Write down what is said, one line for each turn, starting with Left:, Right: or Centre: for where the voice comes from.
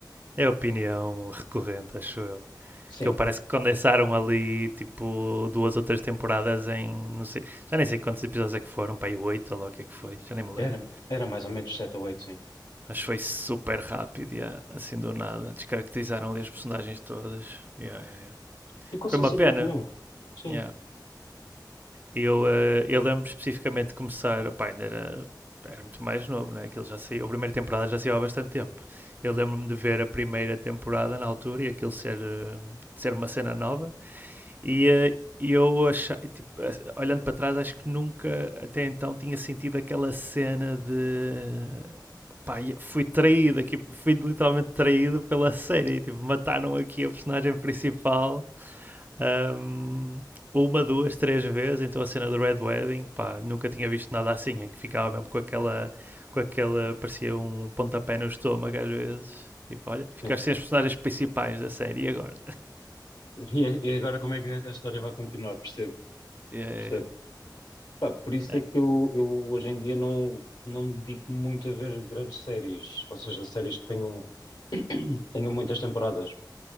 Right: É a opinião recorrente, acho eu.
Left: Sim,
Right: Que eu parece que condensaram ali tipo duas ou três temporadas em não sei, já nem sei quantos episódios é que foram, para aí oito ou lá o que é que foi, já nem me lembro.
Left: Era, era mais ou menos sete ou oito sim.
Right: Acho que foi super rápido, yeah, assim do nada. Descaracterizaram ali as personagens todas. Yeah, yeah, yeah.
Left: Ficou
Right: Foi
Left: sem
Right: uma
Left: sentido
Right: pena.
Left: nenhum. Sim,
Right: Yeah. Eu, eh, eu lembro especificamente de começar, opá, ainda era, era muito mais novo, né? Aquilo já saiu, a primeira temporada já saiu há bastante tempo. Eu lembro-me de ver a primeira temporada na altura e aquilo ser, eh, ser uma cena nova. E eh, eu achei, tipo, eh, olhando para trás, acho que nunca até então tinha sentido aquela cena de pá, fui traído aqui, fui literalmente traído pela série, tipo, mataram aqui a personagem principal um, uma, duas, três vezes, então a cena do Red Wedding, pá, nunca tinha visto nada assim, em que ficava mesmo com aquela, com aquela, parecia um pontapé no estômago às vezes, tipo, olha, ficaste
Left: sim.
Right: sem as personagens principais da série, e agora?
Left: E, a- e agora como é que a história vai continuar? Percebo,
Right: Yeah, yeah,
Left: percebo. Pá, por isso
Right: yeah.
Left: é que eu, eu hoje em dia não, não me dedico muito a ver grandes séries, ou seja, séries que tenham, tenham muitas temporadas.